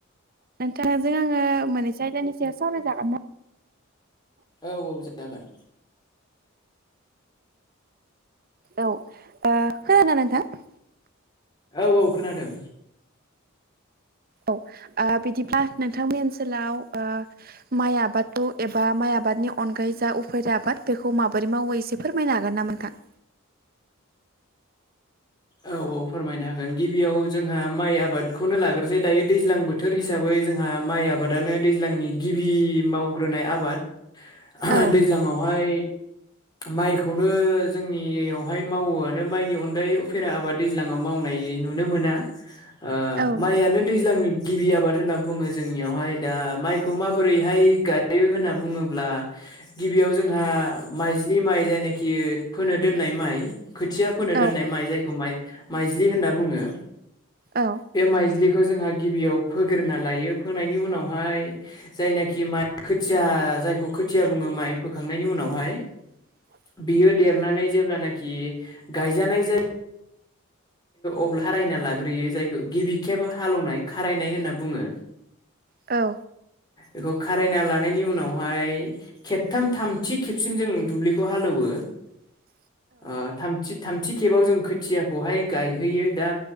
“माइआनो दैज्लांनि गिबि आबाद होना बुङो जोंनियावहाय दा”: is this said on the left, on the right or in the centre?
Left